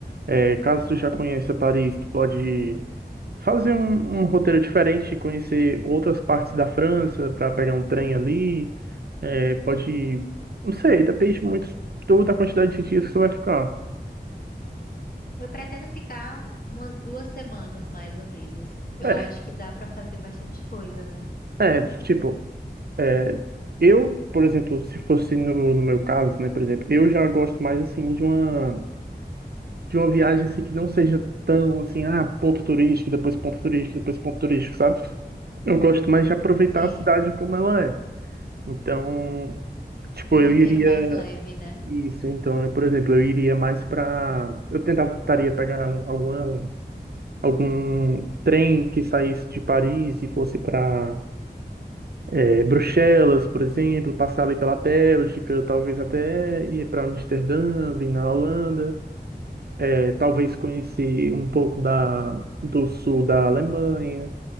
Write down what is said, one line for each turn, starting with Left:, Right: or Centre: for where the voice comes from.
Right: É, caso tu já conheça Paris, tu pode fazer um, um roteiro diferente, conhecer outras partes da França para pegar um trem ali. É, pode, não sei, depende muito do- da quantidade de dias que tu vai ficar.
Left: Eu pretendo ficar umas duas semanas, mais ou menos. Eu
Right: É,
Left: acho que dá para fazer bastante coisa, né?
Right: É, tipo, é, eu, por exemplo, se fosse no, no meu caso, né, por exemplo, eu já gosto mais, assim, de uma, de uma viagem, assim, que não seja tão, assim, ah, ponto turístico, depois ponto turístico, depois ponto turístico, sabe? Eu gosto mais de aproveitar
Left: Sei.
Right: a cidade como ela é. Então, tipo,
Left: Um
Right: eu
Left: roteiro
Right: iria...
Left: mais leve, né?
Right: Isso, então, eu, por exemplo, eu iria mais pra... Eu tentava, tentaria pegar um- alguma, algum trem que saísse de Paris e fosse pra É, Bruxelas, por exemplo, passar ali pela Bélgica, talvez até ir para Amsterdã, ir na Holanda, É, talvez conhecer um pouco da, do sul da Alemanha.